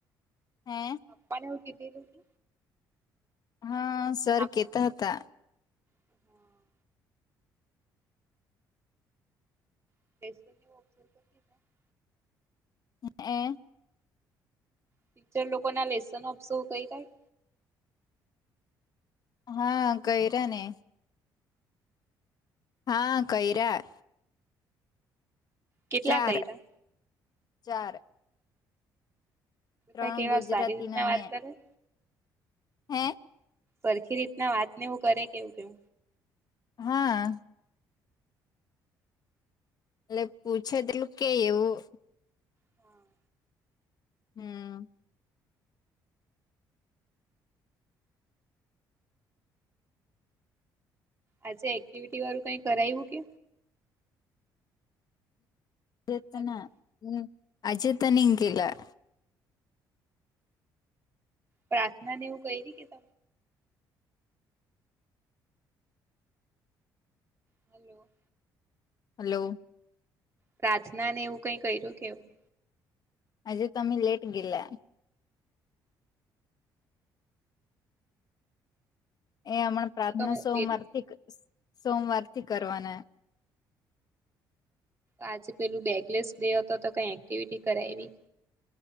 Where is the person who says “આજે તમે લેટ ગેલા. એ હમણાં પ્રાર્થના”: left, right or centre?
Left